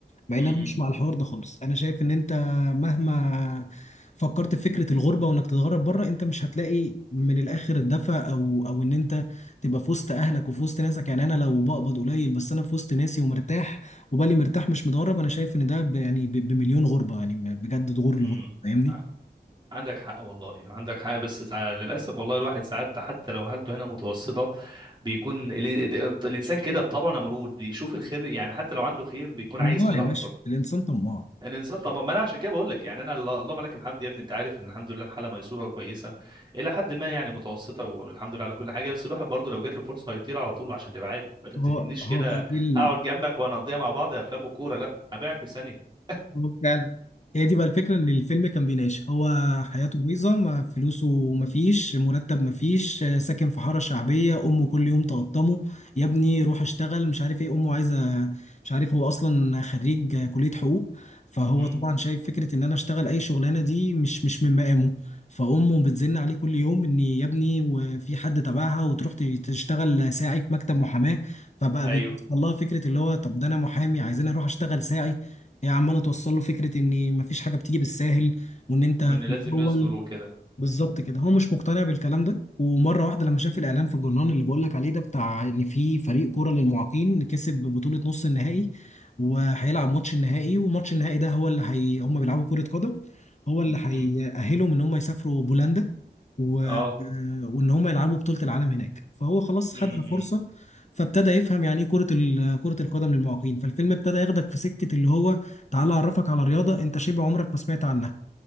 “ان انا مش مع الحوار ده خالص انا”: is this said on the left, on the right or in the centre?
Left